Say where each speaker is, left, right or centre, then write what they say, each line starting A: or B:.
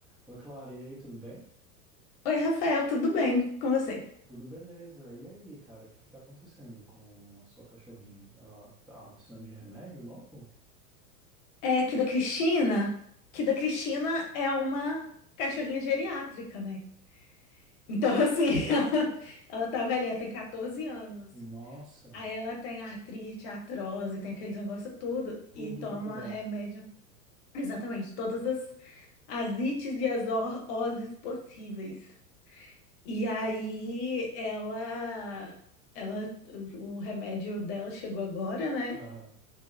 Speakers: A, in the centre; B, on the left.
A: Oi, Clara, e aí, tudo bem?
B: Oi, Rafael, tudo bem com você?
A: Tudo beleza. E aí, cara, o que que tá acontecendo com a sua cachorrinha? Ela tá precisando de remédio novo?
B: É aqui da Cristina, que da Cristina é uma cachorrinha geriátrica, né? Então, assim, <laughs> ela, ela tá velhinha, tem 14 anos.
A: Nossa,
B: Aí ela tem artrite, artrose, tem aqueles negócios tudo,
A: tudo
B: e toma
A: que puder.
B: remédio, exatamente, todas as, as ites e as or- oses possíveis. E aí ela, ela, o remédio dela chegou agora, né?
A: Aham. O